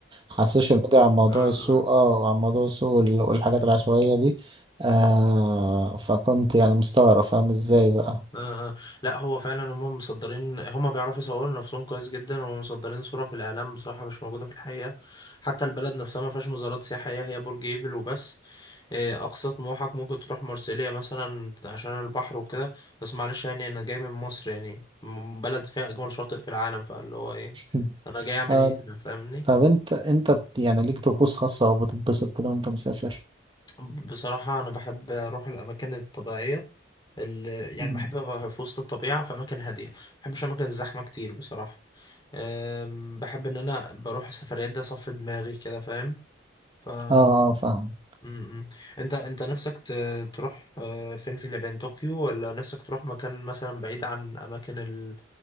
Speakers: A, on the right (about 25°); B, on the left (about 20°).
A: على السوشيال ميديا عن موضوع
B: النت
A: السوق اه عن موضوع السوق وال- والحاجات العشوائيه دي آه فكنت يعني مستغرب فاهم ازاي بقى
B: آه آه. لا هو فعلا هم مصدرين هم بيعرفوا يصوروا نفسهم كويس جدا ومصدرين صورة في الإعلام بصراحة مش موجودة في الحقيقة حتى البلد نفسها ما فيهاش مزارات سياحية هي برج إيفل وبس آه، أقصى طموحك ممكن تروح مرسيليا مثلا عشان البحر وكده بس معلش يعني أنا جاي من مصر يعني م- بلد فيها أجمل شاطئ في العالم فاللي هو إيه
A: <laughs>
B: أنا جاي أعمل
A: آه
B: هنا فاهمني
A: طب انت انت بت يعني ليك طقوس خاصه او بتتبسط كده وانت مسافر
B: بصراحة أنا بحب أروح الأماكن الطبيعية ال- يعني
A: مم.
B: بحب أبقى في وسط الطبيعة في أماكن هادية ما بحبش أماكن الزحمة كتير بصراحة أم، بحب ان انا بروح السفريات دي اصفي دماغي كده فاهم ف م-
A: اه اه فاهم
B: م. انت انت نفسك ت- تروح أه، فين في اليابان طوكيو ولا نفسك تروح مكان مثلا بعيد عن اماكن ال-